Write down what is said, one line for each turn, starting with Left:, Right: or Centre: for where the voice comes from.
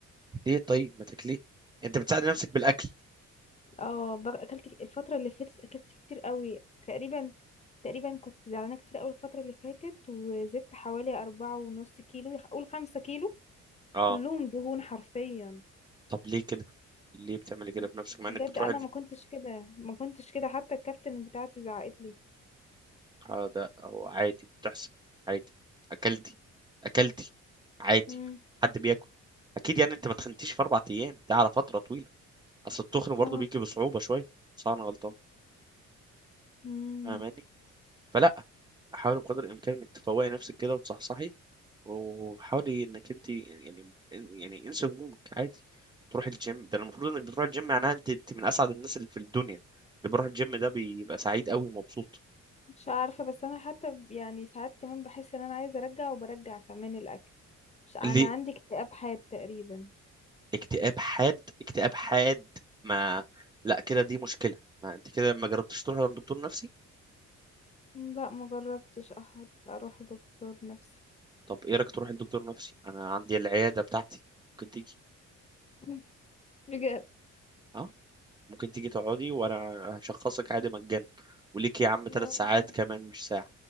Right: ليه طيب ما تاكليه أنت بتساعدي نفسك بالأكل
Left: اه بق- اكلت ك- الفتره اللي فاتت اكلت كتير قوي تقريبا تقريبا كنت زعلانه كتير قوي الفتره اللي فاتت وزدت حوالي أربعة ونص كيلو يخ- قول خمسة كيلو
Right: اه
Left: كلهم دهون حرفيا
Right: طب ليه كده ليه بتعملي كده
Left: ب-
Right: في نفسك مع انك
Left: بجد
Right: بتروحي
Left: انا ما كنتش كده ما كنتش كده حتى الكابتن بتاعتي زعقت لي
Right: آه، ده هو عادي بتحصل عادي اكلتي اكلتي عادي
Left: امم
Right: حد بياكل اكيد يعني انت ما تخنتيش في اربع ايام ده على فتره طويله اصل التخن برضه
Left: اه
Right: بيجي بصعوبه شويه صح انا غلطان
Left: امم
Right: فاهماني فلا حاولي بقدر الامكان انك تفوقي نفسك كده وتصحصحي وحاولي انك انت يعني يعني انسي همومك عادي تروحي الجيم ده المفروض انك بتروحي الجيم معناها انت انت من اسعد الناس اللي في الدنيا اللي بيروح الجيم ده بيبقى سعيد قوي ومبسوط
Left: مش عارفة بس أنا حتى ب- يعني ساعات كمان بحس إن أنا عايزة أرجع وبرجع كمان الأكل مش أنا
Right: اللي
Left: عندي اكتئاب حاد تقريبا
Right: اكتئاب حاد اكتئاب حاد ما لا كده دي مشكلة ما انت كده ما جربتش تروح عند دكتور نفسي
Left: لا ما جربتش أحد أروح دكتور نفسي
Right: طب ايه رايك تروح لدكتور نفسي انا عندي العيادة بتاعتي ممكن تيجي
Left: <laughs> بجد
Right: اه ممكن تيجي تقعدي وانا هشخصك عادي مجانا وليك يا عم
Left: والله
Right: ثلاث ساعات كمان مش ساعة